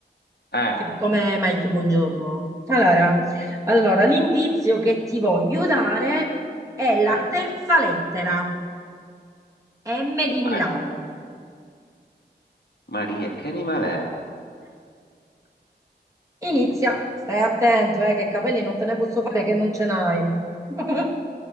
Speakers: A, on the left (about 65°); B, on the right (about 15°).
A: Eh,
B: tipo come Mike, buongiorno. Allora, allora, l'indizio che ti voglio dare è la
A: eh,
B: terza lettera, M di Milano.
A: eh, Maria, che animale è?
B: Inizia, stai attento, eh, che capelli non te ne posso fare che non ce n'hai. <laughs>